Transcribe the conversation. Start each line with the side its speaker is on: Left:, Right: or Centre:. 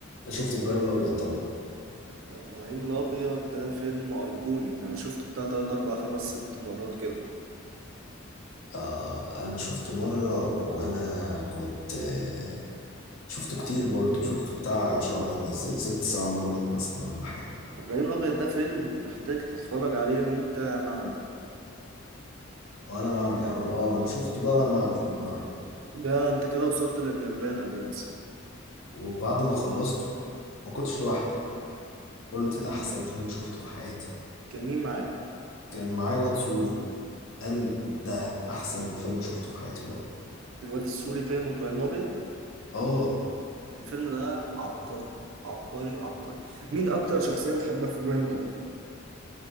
Left: أنا شفت ابراهيم الابيض طبعا
Right: ابراهيم الابيض ده فيلم ايقوني انا شفته بتاع 3 4 5 6 مرات كده
Left: آه انا شفته مره وانا كنت آه شفته كتير برضه شفته بتاع 10 بس زي ست سبع مرات مثلا ولا حاجه
Right: ابراهيم الابيض ده فيلم محتاج تتفرج عليه وانت معمي
Left: وانا بعمل أنا- اه ما انا شفته بقى وانا بعمل مره
Right: ده انت كده وصلت للنيرفانا يا برنس
Left: وبعد ما خلصته ما كنتش لوحدي قلت
Right: أمال
Left: ده احسن فيلم شفته في حياتي
Right: كان مين معاك
Left: كان معايا واد سوري قال ده احسن فيلم شفته في حياتي برضه
Right: الواد السوري فاهم ابراهيم الابيض
Left: اه
Right: الفيلم ده عبقري عبقري عبقري مين اكتر شخصية بتحبها في ابراهيم الابيض